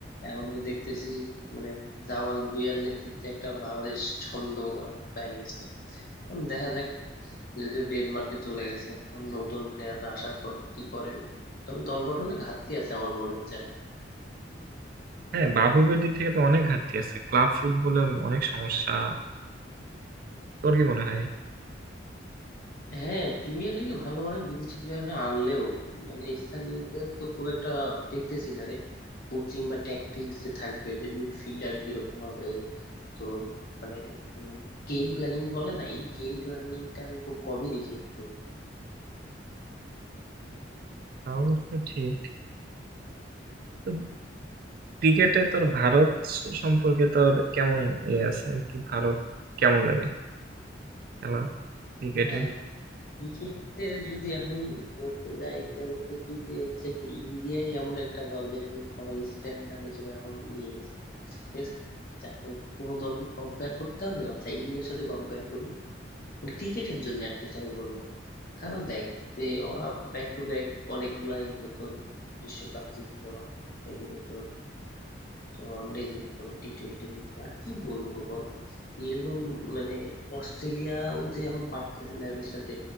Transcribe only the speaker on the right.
হ্যাঁ বাফুফের দিক থেকে তো অনেক ঘাটতি আছে ক্লাব ফুটবলে অনেক সমস্যা তোর কি মনে হয়
তাও অবশ্য ঠিক তো ক্রিকেটে তোর ভারত স- সম্পর্কে তোর কেমন ইয়ে আছে আর কি ভারত কেমন লাগে খেলা ক্রিকেটে